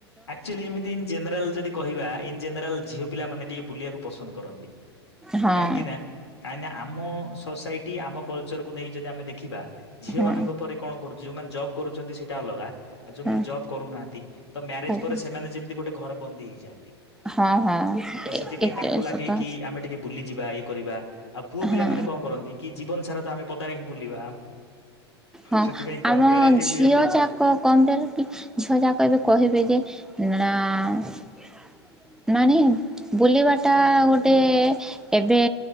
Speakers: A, on the left; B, in the centre.
A: ଆକ୍ଚୁଆଲି ଏମିତି ଇଁନ ଜେନେରାଲ ଯଦି କହିବା ଇନ ଜେନେରାଲ ଝିଅ ପିଲା ମାନେ ଟିକେ ବୁଲିବାକୁ ପସନ୍ଦ କରନ୍ତି
B: ହଁ
A: କାହିଁକି ନା କାଇଁକି ନା ଆମ ସୋସାଇଟି ଆମ କଲଚରକୁୁ ନେଇକି ଯଦି ଆମେ ଦେଖିବା ଝିଅ
B: ହଁ
A: ମାନଙ୍କ ପରେ କଣ କରୁଛି ଯୋଉ ମାନେ ଜବ କରୁଛନ୍ତି ସେଇଟା ଅଲଗା ଆଉ ଯୋଉ
B: ହଁ
A: ମାନେ ଜବ କରୁ ନାହାନ୍ତି ତ ମ୍ୟାରେଜ
B: ଆଜ୍ଞା
A: ମାନେ ଯେମିତି ଗୋଟେ ଘରେ ବନ୍ଦୀ ହେଇଯାଆନ୍ତି
B: ହଁ ହଁ
A: ତ ସେଥିପାଇଁ
B: ଏତେ
A: ତାଙ୍କୁ ଲାଗେ
B: ସତ
A: କି ଆମେ ଟିକେ ବୁଲିଯିବା ଇଏ କରିବା ଆଉ ପୁଅ
B: ହଁ
A: ପିଲା ମାନେ କଣ କରନ୍ତି କି ଜୀବନ ସାରା ତ ଆମେ ପଦାରେ ହିଁ ବୁଲିବା।
B: ହଁ
A: ସେଥିପାଇଁ କମ୍ପାରିଟିଭଲି
B: ଆମ ଝିଅ
A: ଆପଣ
B: ଯାକ କଣ ଟେ କି ଝିଅ ଯାକ ଏବେ କହିବେ ଯେ ନା <unintelligible> ବୁଲିବାଟା ଗୋଟେ ଏବେ